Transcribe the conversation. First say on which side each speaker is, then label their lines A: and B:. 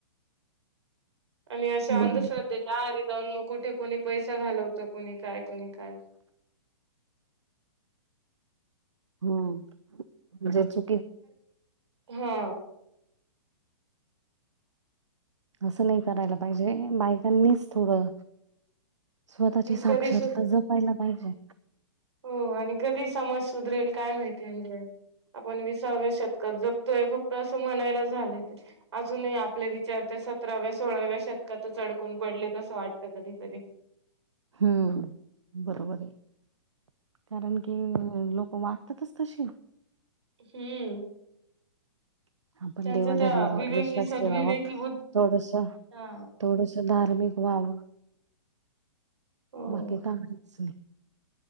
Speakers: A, on the right; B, on the right.
A: आणि अं
B: बरोबर
A: अंधश्रद्धेच्या आहारी जाऊन मग कुठे कोणी पैसा घालवत कोणी काय कोणी काय
B: हम जची
A: हा
B: असं नाही करायला पाहिजे बायकांनीच थोडं स्वतःची साक्षरता
A: कधी सु
B: जपायला पाहिजे
A: हो आणि कधी समज सुधरेल काय माहिती म्हणजे आपण विसाव्या शतकात जगतोय फक्त अस म्हणायला झाले ते अजूनही आपले विचार सतराव्या सोळाव्या शतकात चडकून पडले तसं वाटत कधी कधी
B: हम्म बरोबर आहे कारण की लोक माग ततच तशी
A: हम्म
B: आपण
A: त्यांचं
B: देवाधर्मावर
A: त्या विवेकी
B: विश्वास
A: सदविवेकी
B: ठेवावा
A: बुद्ध
B: थोडस
A: हा
B: थोडस धार्मिक व्हाव
A: हो
B: बाकी काहीच नाही